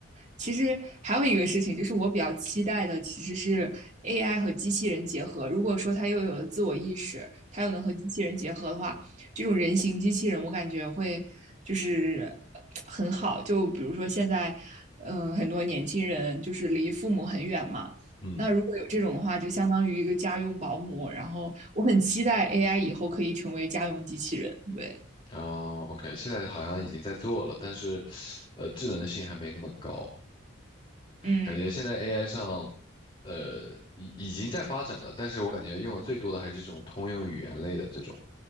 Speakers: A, on the right; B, on the left.
A: 其实还有一个事情，就是我比较期待的其实是 AI 和机器人结合。如果说它又有了自我意识，它又能和机器人结合的话，这种人形机器人，我感觉会就是呃很好。就比如说现在，嗯、呃很多年轻人就是离父母很远嘛，
B: 嗯，
A: 那如果有这种的话，就相当于一个家用保姆。然后我很期待 AI 以后可以成为家用机器人。对，
B: 哦，OK，现在好像已经在做了，但是，呃，智能性还没那么高，
A: 嗯
B: 感觉现在 AI 上，呃，已已经在发展了，但是我感觉用的最多的还是这种通用语言类的这种，